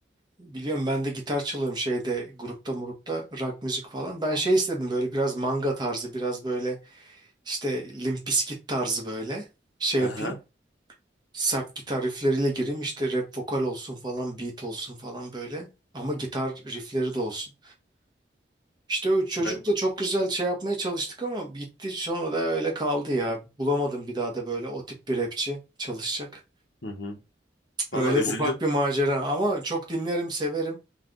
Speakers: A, on the right; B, on the left.
A: biliyorum ben de gitar çalıyorum şeyde grupta murupta rock müzik falan. Ben şey istedim böyle biraz manga tarzı biraz böyle işte Limp Bizkit tarzı böyle şey
B: Aha.
A: yapayım. Sert gitar riffleriyle gireyim işte rap vokal olsun falan beat olsun falan böyle. Ama gitar riffleri de olsun. İşte o çocukla
B: Ben
A: çok güzel şey yapmaya çalıştık ama bitti sonra da öyle kaldı ya. Bulamadım bir daha da böyle o tip bir rapçi çalışacak.
B: hı hı.
A: Öyle
B: Vallahi üzüldüm.
A: ufak bir macera ama çok dinlerim, severim.